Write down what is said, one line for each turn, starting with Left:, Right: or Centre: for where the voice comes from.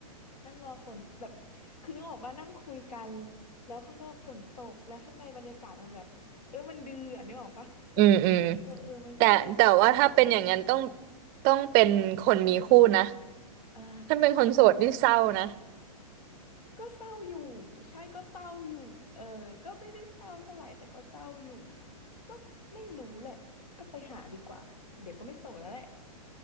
Left: นั่งรอฝนแบบคือนึกออกว่านั่งคุยกันแล้วข้างนอกฝนตกแล้วข้างในบรรยากาศมันแบบเออมันดื้ออะนึกออกปะ <laughs>
Right: อืมอืม
Left: เออเออมันก็ดูโรแมนติกอะไรอย่างเงี้ย
Right: แต่แต่ว่าถ้าเป็นอย่างนั้นต้องต้องเป็นคนมีคู่นะ
Left: อ่า
Right: ถ้าเป็นคนโสดนี่เศร้านะ
Left: ก็เศร้าอยู่ใช่ก็เศร้าอยู่เออก็ไม่ได้เศร้าเท่าไหร่แต่ก็เศร้าอยู่ก็ไม่รู้แหละก็ไปหาดีกว่าเดี๋ยวก็ไม่โสดแล้วแหละ